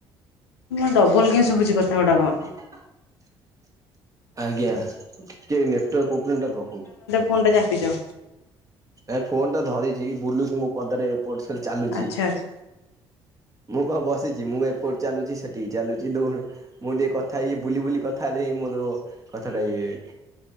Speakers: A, on the left; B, on the right.
A: ମ ଡବଲ କେ ଶୁଭୁଛି କଥା ଗୁଡା କଣ?
B: ଆଜ୍ଞା ଟିକେ ନେଟୱାର୍କ ପ୍ରୋବ୍ଲେମଟା ରହୁଛି।
A: ଫୋନ୍ ତା ଚାପିଦିଅ।
B: ଏ ଫୋନ ଟା ଧରିଛି ବୁଲୁଛି ମୋ ପଦାରେ ଚାଲୁଛି।
A: ଆଚ୍ଛା ଆଚ୍ଛା
B: ମୁଁ କଣ ବସିଛି ମୁଁ ଏପଟେ ଚାଲୁଛି ସେଠିକି ଚାଲୁଛି ଦୌଡୁ ମୁଁ ଟିକେ କଥା ଇଏ ବୁଲି ବୁଲି କଥା ହେଲେ ହି ମୋର କଥାଟା ଇଏ